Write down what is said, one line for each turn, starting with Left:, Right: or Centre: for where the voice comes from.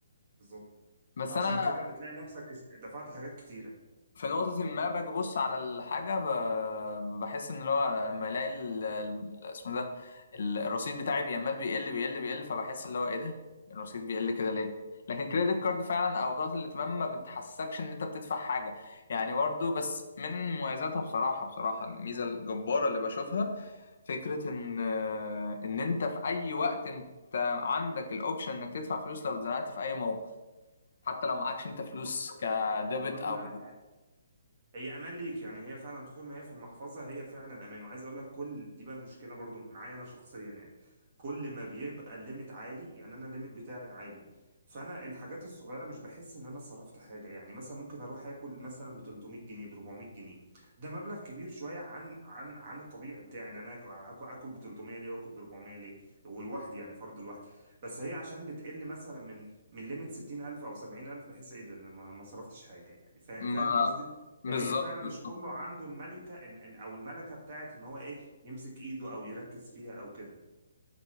Right: بالظبط
Left: بس
Right: فعشان
Left: انا
Right: كده بتلاقي نفسك دفعت حاجات كتيره
Left: في نقطة ما باجي أبص على الحاجة ب- بحس إن اللي هو لما ألاقي ال- ال- اسمه ده ال- الرصيد بتاعي بيعمل بيقل بيقل بيقل فبحس اللي هو إيه ده الرصيد بيقل كده ليه؟ لكن كريدت كارد فعلا أو بطاقة الائتمان ما بتحسكش إن أنت بتدفع حاجة يعني برضه بس من مميزاتها بصراحة بصراحة الميزة الجبارة اللي بشوفها فكرة إن إن أنت في أي وقت أنت عندك الأوبشن إنك تدفع فلوس لو اتزنقت في أي موقف حتى لو معكش أنت فلوس
Right: بالظبط
Left: كديبت
Right: ايوه
Left: أو
Right: هي امان ليك يعني هي فعلا طول ما هي في المحفظه هي فعلا امان وعايز اقول لك كل دي بقى المشكله برضو معايا انا شخصيا يعني كل ما بيبقى الليميت عالي يعني انا الليميت بتاعي عالي فانا الحاجات الصغيره مش بحس ان انا صرفت حاجه يعني مثلا ممكن اروح اكل مثلا ب 300 جنيه ب 400 جنيه ده مبلغ كبير شويه عن عن عن الطبيعي بتاعي ان انا اكل اكل ب 300 ليه واكل ب 400 ليه والواحد يعني فرد الواحد بس هي عشان بتقل مثلا من من ليميت 60000 او 70000 بحس ايه ده انا ما ما صرفتش حاجه يعني فاهم
Left: ما
Right: فاهم قصدي
Left: بالظبط
Right: فهي فعلا مش
Left: بالظبط
Right: كله عنده الملكة ال- ال- او الملكة بتاعت ان هو ايه يمسك ايده او يركز فيها او كده